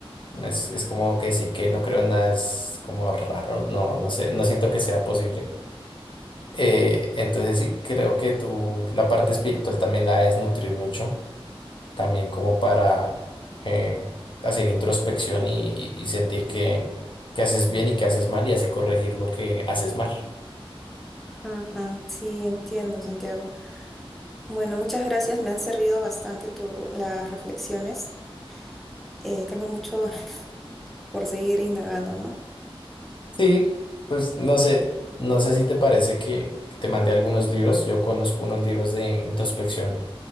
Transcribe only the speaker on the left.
es, es como que decir que no creo en nada, es como raro, no, no sé, no siento que sea posible. Eh, entonces sí, creo que tú la parte espiritual también la debes nutrir mucho, también como para eh, hacer introspección y, y- y sentir que, que haces bien y que haces mal y así corregir lo que haces mal.
Sí, pues no sé, no sé si te parece que te mandé algunos libros, yo conozco unos libros de introspección